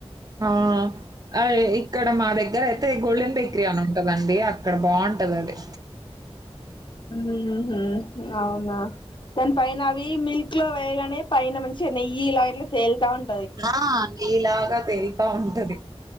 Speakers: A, on the right; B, on the left.
A: ఆహ్ అ ఇక్కడ మా దగ్గర అయితే గోల్డెన్ బేకరీ అని అమ్ముతారు. దండి అక్కడ బాగుంటది అది.
B: ఉహు అవునా. దాని పైన అవి మిల్క్ లో వేయగానే పైన మంచిగా నెయ్యి అవి ఇలాగట్లా తేలుతా ఉంన్.
A: నా నేయిలాగా తెల్త ఉంటది.